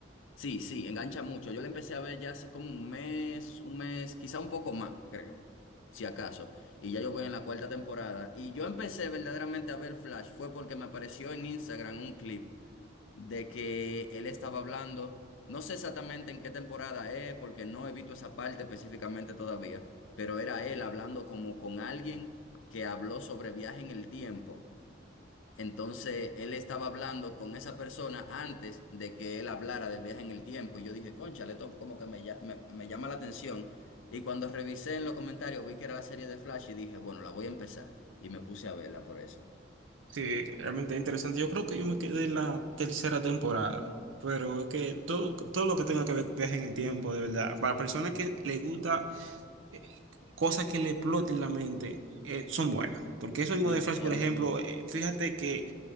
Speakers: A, on the left; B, on the right.
A: Sí, sí, engancha mucho. Yo le empecé a ver ya hace como un mes, un mes, quizá un poco más, creo, si acaso. Y ya yo voy en la cuarta temporada. Y yo empecé verdaderamente a ver Flash, fue porque me apareció en Instagram un clip de que él estaba hablando, no sé exactamente en qué temporada es, porque no evito esa parte específicamente todavía, pero era él hablando como con alguien que habló sobre viaje en el tiempo. Entonces él estaba hablando con esa persona antes de que él hablara del viaje en el tiempo y yo dije, cónchale, esto como que me, lla- me, me llama la atención. Y cuando revisé en los comentarios vi que era la serie de Flash y dije, bueno, la voy a empezar. Y me puse a verla por eso.
B: Sí, realmente interesante. Yo creo que yo me quedé en la tercera temporada. Pero es que todo, todo lo que tenga que ver viaje en el tiempo, de verdad. Para personas que les gusta eh, cosas que le exploten la mente, eh, son buenas. Porque eso
A: Sí,
B: mismo de Flash,
A: sí,
B: por
A: a
B: ejemplo,
A: mí.
B: eh, fíjate que